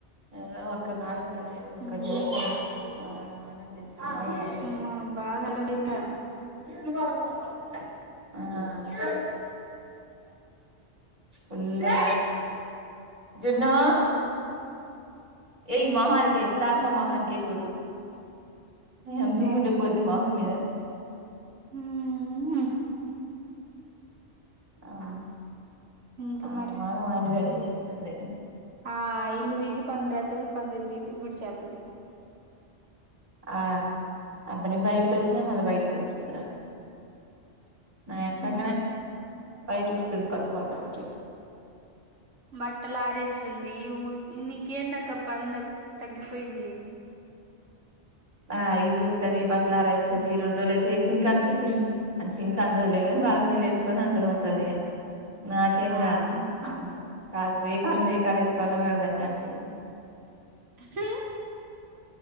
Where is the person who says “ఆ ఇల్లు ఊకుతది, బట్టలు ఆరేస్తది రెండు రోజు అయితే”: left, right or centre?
Right